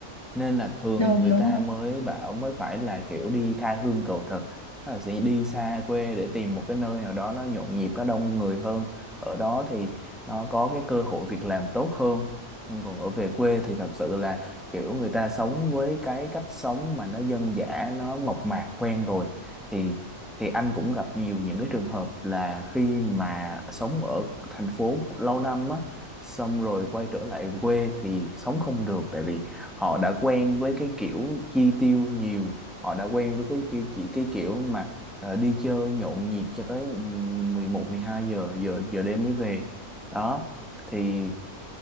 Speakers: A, in the centre; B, on the left (about 25°).
A: nên là thường
B: đúng
A: người
B: đúng
A: ta
B: rồi
A: mới bảo mới phải là kiểu đi tha hương cầu thực Tức là sẽ đi xa quê để tìm một cái nơi nào đó nó nhộn nhịp nó đông người hơn ở đó thì nó có cái cơ hội việc làm tốt hơn Nhưng còn ở về quê thì thật sự là kiểu người ta sống với cái cách sống mà nó dân dã nó mộc mạc quen rồi thì thì anh cũng gặp nhiều những cái trường hợp là khi mà sống ở thành phố lâu năm á xong rồi quay trở lại quê thì sống không được tại vì họ đã quen với cái kiểu chi tiêu nhiều họ đã quen với cái cái chỉ cái kiểu mà ờ, đi chơi nhộn nhịp cho tới ừm, 11 12 giờ giờ giờ đêm mới về đó thì